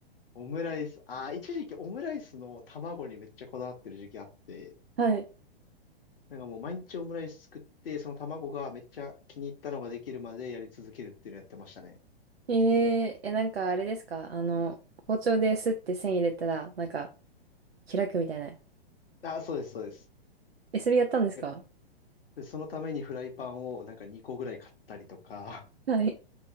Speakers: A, on the left (about 65°); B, on the right (about 80°).
A: オムライス。あー、一時期オムライスの卵にめっちゃこだわってる時期あって、
B: はい。
A: なんかもう毎日オムライス作って、その卵がめっちゃ気に入ったのができるまでやり続けるっていうのやってましたね。
B: えー、え、なんかあれですかあの、包丁ですって線入れたら、なんか開くみたいな。
A: あ、そうです、そうです。
B: え、それやったんですか
A: え、で、そのためにフライパンをなんか2個ぐらい買ったりとか、
B: はい。